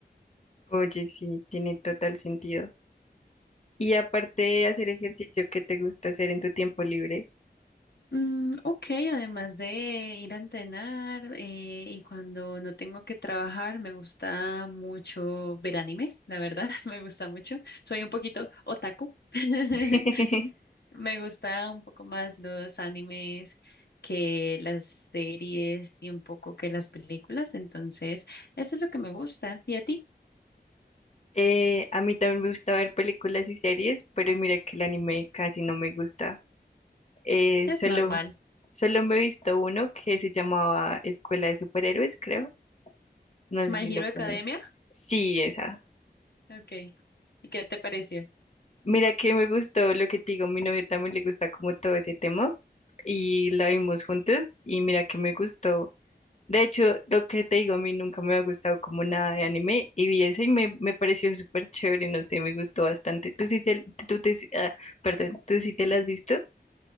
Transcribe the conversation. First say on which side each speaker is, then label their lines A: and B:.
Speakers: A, on the left; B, on the left.
A: Oye, sí, tiene total sentido. Y aparte de hacer ejercicio que te gusta hacer en tu tiempo libre,
B: Mm, ok, además de ir a entrenar eh, y cuando no tengo que trabajar, me gusta mucho ver anime, la verdad, <laughs> me gusta mucho. Soy un poquito otaku. <laughs>
A: <laughs>
B: Me gusta un poco más los animes que las series y un poco que las películas, entonces eso es lo que me gusta. ¿Y a ti?
A: eh, a mí también me gusta ver películas y series, pero mira que el anime casi no me gusta. Eh,
B: Es
A: solo,
B: normal.
A: solo me he visto uno que se llamaba Escuela de Superhéroes, creo. No
B: My
A: sé si
B: Hero
A: lo conoces.
B: Academia.
A: Sí, esa.
B: Ok. ¿Y qué te pareció?
A: Mira que me gustó lo que te digo, mi novio también le gusta como todo ese tema y la vimos juntos y mira que me gustó. De hecho, lo que te digo, a mí nunca me ha gustado como nada de anime y vi ese y me, me pareció súper chévere, no sé, me gustó bastante. ¿Tú sí, se- tú te, ah, perdón, ¿tú sí te la has visto?